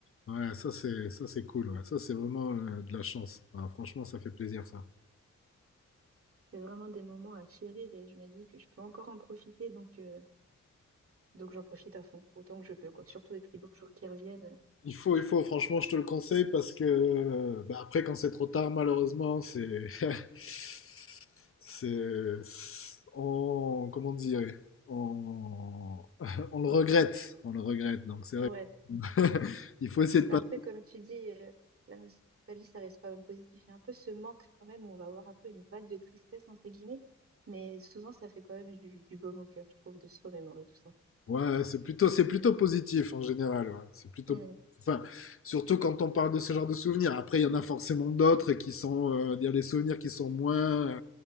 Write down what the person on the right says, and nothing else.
C'est vraiment des moments à chérir et je me dis que je peux encore en profiter, donc, euh, donc j'en profite à fond, autant que je peux, quoi. Surtout avec les beaux jours qui reviennent.
Ouais,
Mais
après, comme tu dis, euh, la nostalgie, ça reste quand même positif. Il y a un peu ce manque quand même, où on va avoir un peu une vague de tristesse, entre guillemets, mais souvent, ça fait quand même du, du baume au cœur, je trouve, de se remémorer tout ça.
Hmm.